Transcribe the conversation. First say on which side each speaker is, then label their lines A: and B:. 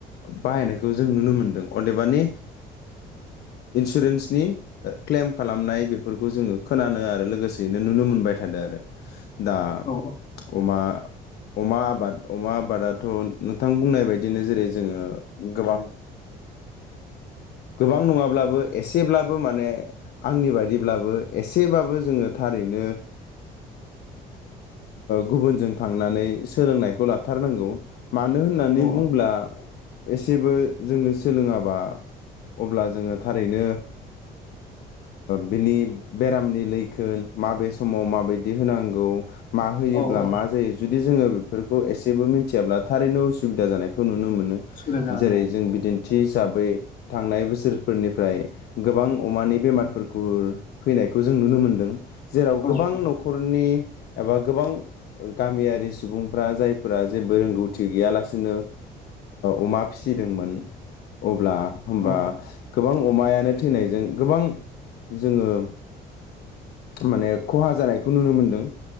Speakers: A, on the left; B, on the left.
A: बाहायनायखौ जों नुनो मोनदों अदे। बानि इन्सुरेन्सनि ख्लेम खालामनाय बेफोरखौ जोङो खोनानो आरो लोगोसेयैनो नुनो मोनबाय थादों आरो। दा
B: औ
A: अमा। अमा आबाद अमा आबादाथ' नोंथां बुंनाय बायदिनो जेरै जोङो गोबां गोबां नङाब्लाबो एसेब्लाबो माने आंनि बा। दिब्लाबो एसेबाबो जोङो थारैनो गुबुनजों थांनानै सोलोंनायखौ लाथारनांगौ मानो होननानै
B: औ
A: बुंङोब्ला एसेबो जोंङो सोलोङाबा अब्ला जोङो थारैनो। बिनि बेरामनि लैखोन माबे समाव माबायदि होनांगौ। मा होयोब्ला
B: औ औ
A: मा जायो जु दि जोङो बेफोरखौ एसेबो मिथियाब्ला थारैनो उसुबिदा जानायखौ नुनो मोनो।
B: सुबिदा जागोन
A: जेरै
B: औ
A: जों बिदि। दिनथि हिसाबै थांनाय बोसोरफोरनिफ्राय गोबां अमानि बेमारफोर खौ फैनायखौ जों नुनो मोनदों जेराव
B: औ
A: गोबां
B: औ
A: न'खरनि एबा गोबां गामियारि सुबुंफ्रा जायफोरा जेबो रोंगौथि गैयालासिनो अमा फिसिदोंमोन अब्ला होनबा
B: औ
A: गोबां। अमायानो थैनायजों गोबां जोङो माने खहा जानायखौ नुनो मोनदों